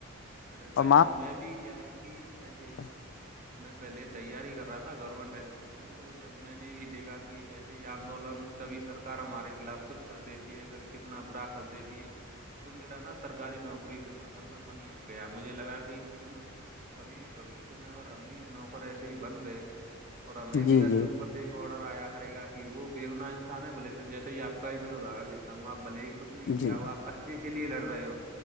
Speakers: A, on the right (about 40°); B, on the left (about 60°).
A: ارے بھائی
B: اور
A: جان میں بھی کیا ہے کہ ایسے ہی
B: فف
A: میں پہلے تیاری کر رہا تھا گورنمنٹ ایگزام کی تو جب میں نے بھی دیکھا کہ ایسے ہی یہ آندولن کبھی سرکار ہمارے خلاف کچھ کر دیتی ہے کبھی کتنا برا کر دیتی ہے
B: ج
A: ت میرا نا سرکاری نوکری سے ماشاء اللہ منی ہٹ گیا مجھے لگا کہ کبھی بوشیہ میں اگر ہم بھی نوکر ایسے ہی بن گئے اور ہمیں
B: جی
A: بھی ایسے
B: جی
A: اوپر سے آرڈر آیا کرے گا کہ وہ بیےگنا انسان ہے بلے سے جیسے ہی آپ کا ہی میں ادہر لیتا ہوں آپ بلے ہی کچھ نہیں کیا
B: جی
A: وہ آپ اچھے کے لیے لڑ رہے ہو